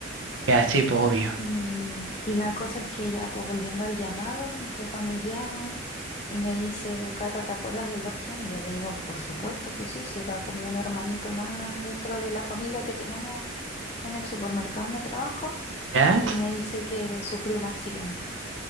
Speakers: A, on the right; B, on the left.
A: Ya, sí, pues, obvio.
B: Y, y la cosa es que ya, pues volviendo al llamado, mi jefa me llama y me dice, Cata, ¿te acuerdas del Bastián? Y yo le digo, por supuesto que sí, si era como un hermanito más dentro de la familia que tenemos en el supermercado donde trabajo.
A: ¿Ya?
B: Y me dice que sufrió un accidente.